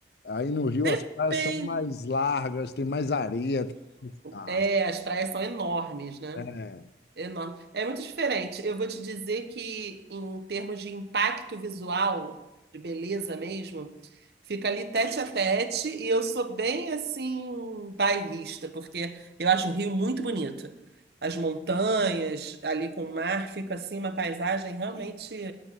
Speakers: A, on the left (about 60°); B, on the right (about 60°).
A: Aí no Rio
B: Dependão.
A: as praias são mais largas, tem mais areia. Ah,
B: É, as praias são enormes, né?
A: é.
B: Enorme. É muito diferente. Eu vou te dizer que, em termos de impacto visual, de beleza mesmo, fica ali tete a tete. E eu sou bem assim, bairrista, porque eu acho o Rio muito bonito. As montanhas, ali com o mar, fica assim uma paisagem realmente